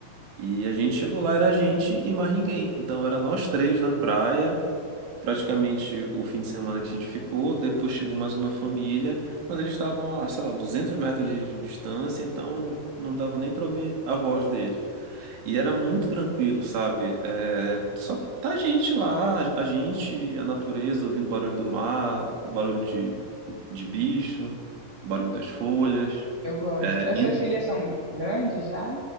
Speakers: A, on the right (about 70°); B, on the right (about 25°).
A: E a gente chegou lá, era a gente e mais ninguém. Então era nós três na praia. praticamente o fim de semana que a gente ficou. Depois chegou mais uma família, mas eles estavam a, sei lá, 200 metros de distância, então não dava nem para ouvir a voz deles. E era muito tranquilo, sabe? É, só tá a gente lá, a gente, a natureza, ouvindo barulho do mar, barulho de, de bicho, barulho das folhas.
B: Eu gosto.
A: É,
B: As
A: em-
B: suas filhas são grandes já?